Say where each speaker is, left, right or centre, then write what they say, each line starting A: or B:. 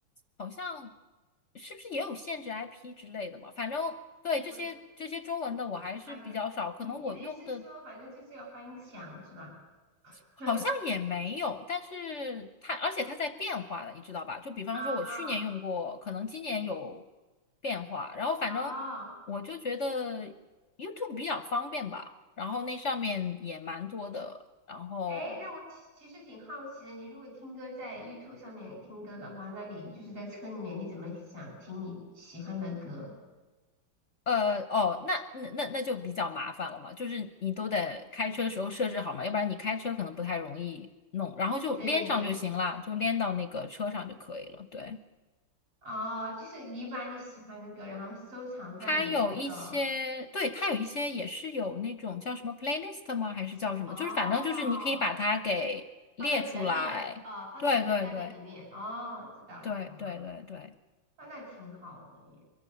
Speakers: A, on the left; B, on the right.
A: 好像是不是也有限制 IP 之类的嘛？反正对这些这些中文的我还是比较少，
B: 我反正你你的意思是说，
A: 可能我用的
B: 反正就是要翻墙是吧？
A: 好像也没有，
B: <laughs>
A: 但是它而且它在变化的，你知道吧？就比方说，
B: 啊、
A: 我去年用过，可能今年有变化。然后反正我就觉得
B: 哦。
A: YouTube 比较方便吧，然后那上面也蛮多的。然后
B: 哎，那我其其实挺好奇的，你如果听歌在 YouTube 上面听歌的话，那你就是在车里面，你怎么想听你喜欢的歌？
A: 呃哦，那那那那就比较麻烦了嘛，就是你都得开车时候设置好嘛，要不然你开车可能不太容易弄。然后就连上就行了，
B: 对，
A: 就连到那个车上就可以了。对。
B: 哦，就是你把你喜欢的歌，然后收藏在你的那个，
A: 它有一些，对，它有一些也是有那种叫什么 playlist 吗？还是叫什么？
B: 哦，
A: 就是反正就是你可以把它给列出来。
B: 放在你的 list，哦，放在你的那个里面，
A: 对对对
B: 哦，知道了，
A: 对对对对，
B: 懂了，哦，那挺好的耶，